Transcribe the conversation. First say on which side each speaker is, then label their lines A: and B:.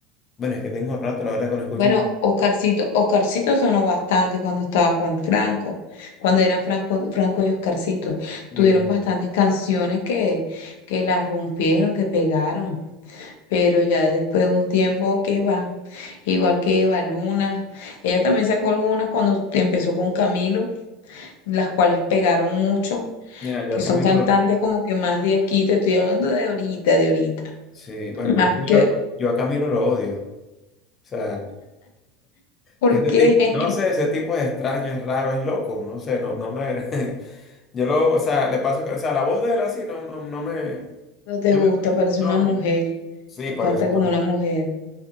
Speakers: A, on the left; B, on the left.
A: Bueno, es que tengo rato, la verdad, que no escucho
B: Bueno,
A: un.
B: Oscarcito, Oscarcito sonó bastante cuando estaba con Franco, cuando eran Franco, Franco y Oscarcito.
A: Sí,
B: Tuvieron
A: exacto.
B: bastantes canciones que, que la rompieron, que pegaron, pero ya después de un tiempo que va, igual que Eva Luna, ella también sacó algunas cuando empezó con Camilo, las cuales pegaron mucho,
A: Mira, yo
B: que
A: a Camilo,
B: son cantantes
A: lo-
B: como que más de aquí, te estoy hablando de ahorita, de ahorita,
A: sí, bueno, pues,
B: más que,
A: yo, yo a Camilo lo odio. O sea,
B: ¿por
A: ese
B: qué?
A: tipo, no sé, ese tipo es extraño, es raro, es loco, no sé, no, no me, <laughs> yo lo, o sea, le paso, que- o sea, la voz de él así, no, no, no me,
B: No te
A: no,
B: gusta,
A: me-
B: parece
A: no,
B: una mujer.
A: sí,
B: Él
A: parece,
B: canta
A: no.
B: como una mujer.